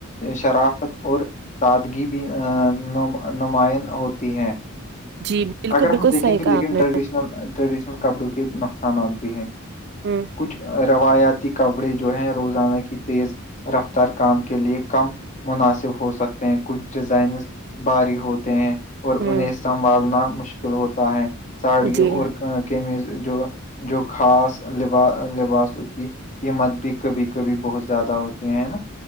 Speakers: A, on the left; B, on the right.
A: شرافت اور سادگی بھی آ نما نمائن ہوتی ہیں
B: جی بالکل
A: اگر
B: بالکل
A: ہم دیکھیں
B: صحیح
A: گے
B: کہا
A: لیکن
B: آپ نے
A: ٹریڈیشنل ٹریڈیشنل کپڑوں کے نقصانات بھی ہیں
B: ہمم
A: کچھ روایاتی کپڑے جو ہیں روزانہ کی تیز رفتار کام کے لے کم مناسب ہو سکتے ہیں کچھ ڈیزائنز بھاری ہوتے ہیں اور
B: ہ
A: انہیں سنبھالنا مشکل ہوتا ہے ساڑیوں
B: جی
A: اور خمیز جو جو خاص لابا لباسوں کی قیمت بھی کبھی کبھی بہت زیادہ ہوتی ہے نا